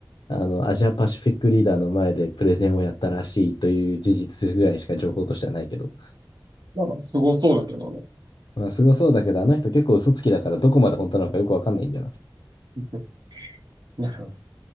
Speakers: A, on the left; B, on the right.
A: あの、アジアパシフィックリーダーの前でプレゼンをやったらしいという事実ぐらいしか情報としてはないけど。
B: なんか、すごそうだけどね。
A: まあ、すごそうだけど、あの人結構嘘つきだからどこまで本当なのかよくわかんないんだよな。
B: <laughs> なるほど。